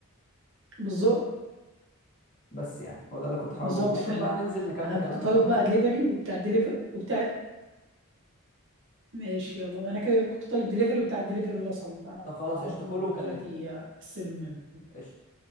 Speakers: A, on the right; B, on the left.
A: بالظبط
B: بس يعني هو ده اللي كنت حابب
A: بالظبط
B: اقوله ممكن
A: فعلا
B: بقى ننزل نكمل
A: انا
B: كلامنا
A: كنت طالب
B: تحت
A: بقى
B: يعني
A: دليفري وبتاع الدليفري وبتاع ماشي يلا وانا كده كنت طالب دليفري وبتاع الدليفري وصل فانا
B: طب خلاص
A: هقوم
B: قشطة كله وكلمني
A: دلوقتي استلم منه
B: قشطة